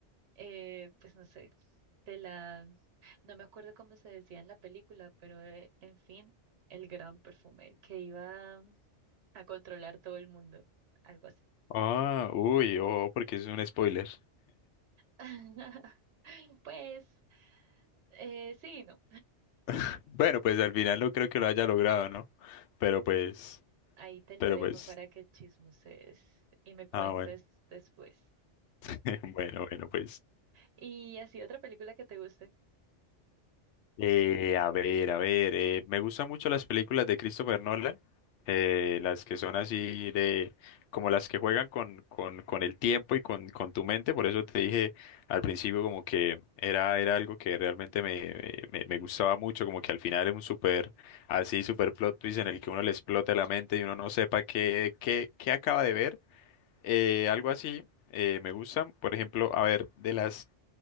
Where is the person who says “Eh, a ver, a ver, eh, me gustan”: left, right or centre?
Left